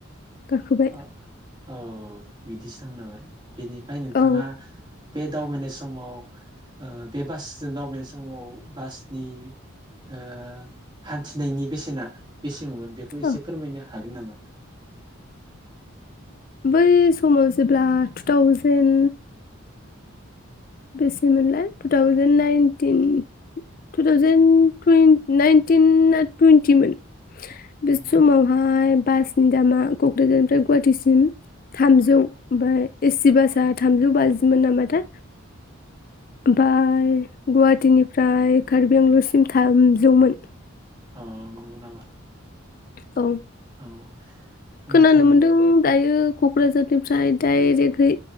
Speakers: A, on the left; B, on the right.
A: गाखोबाय
B: अ औ बिदिसो थांना <unintelligible> बेनिफाय नोंथाङा
A: औ
B: बे दावबायनाय समाव ओ बे बासजों दावबायनाय समाव बासनि ओ हान्थिनायनि बेसेना बेस <unintelligible> मोन बेखौ
A: औ
B: एसे फोरमायना हागोन नामा?
A: बै समाव जेब्ला टुथावजेेन बेसेमोनलाय two thousand nineteen two thousand twenty नाइनटिनना टुइन्टिमोन बि
B: औ न
A: समावहाय बास नि दामा क'क्राझारनिफ्राय गुवाहाटिसिम थामजौ ओमफाय एसि बासआ थामजौ बाजिमोन नामाथा ओमफाय गुवाहाटिनिफ्राय कार्बिआंलसिम थामजौमोन।
B: अ नंगौ नामा?
A: औ
B: औ होमबाथ'
A: खोनानो
B: नों
A: मोनदों दायो क'क्राझारनिफ्राय डाइरेक्टहै